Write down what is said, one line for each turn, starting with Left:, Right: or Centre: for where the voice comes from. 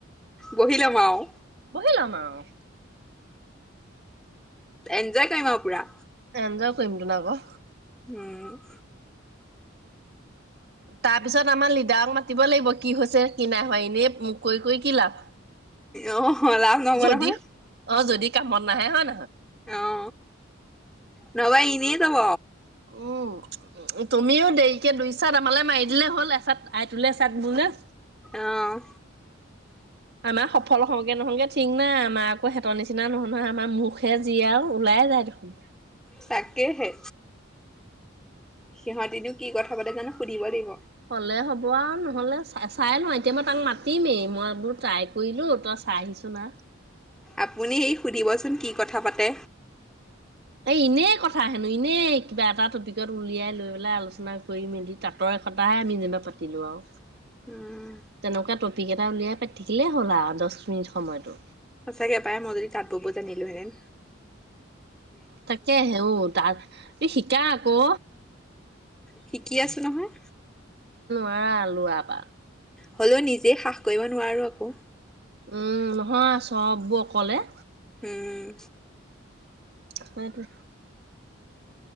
Centre: বহি লম আৰু
Right: বহিলম আৰু
Centre: এনজয় কৰিম আৰু পুৰা
Right: এনজয় কৰিম তো আকৌ
Centre: উম
Right: তাৰ পিছত আমাৰ লিডাৰক মাতিব লাগিব কি হৈছে কি নাই হয় এনেই মোক কৰি কৰি কি লাভ
Centre: আহ অ লভ নহব
Right: যদি
Centre: নহয়।
Right: অ যদি কামত নাহে হয় ন
Centre: অ নবায় ইনে য়াব
Right: উম তুমিও দেৰিকে দুই চাত আমালৈ মাৰি দিলে হ'ল এচাত আই তুলে চাত বোলে।
Centre: আহ
Right: আমাৰ সফল হওঁগে নহগে চিঙমা আমাৰ আকৌ হঁতৰ নিচিনা নহয় নহয় আমাৰ মুখে যি আৰু ওলাই যায় দেখোন।
Centre: তাকেইহে। সিহঁতিনো কি কথা পাতে জানো সুধিব লাগিব
Right: হলে হ'ব আৰু নহলে চ চাই লওঁ এতিয়া মই তাক মাতিমেই মই এইবোৰ ট্ৰাই কৰিলো তই চাই আহিছ না
Centre: আপুনি এই সুধিবচোন কি কথা পাতে
Right: এই এনেই কথা হেনো এনেই কিবা এটা টপিকত উলিয়াই লৈ পেলাই আলোচনা কৰি মেলি তাঁতৰ এতাহে আমি যেনিবা পাতিলো আৰু
Centre: উম,
Right: তেনেকুৱা টপিক এটা উলিয়াই পাতিকিলে হ'ল আৰু দহ মিনিট সময়তো
Centre: সঁচাকে পায় মই য়দি তাঁত, বব জানিলো হেঁতেন
Right: তাকে হেও তাৰ এই শিকা আকৌ
Centre: শিকি আছো নহয়।
Right: মৰা লোৱা পাত
Centre: হ'লেও নিজেই হাহ কৰিব নোৱাৰো আকৌ
Right: উম নহয় চববোৰ অকলে
Centre: উম
Right: হয়টো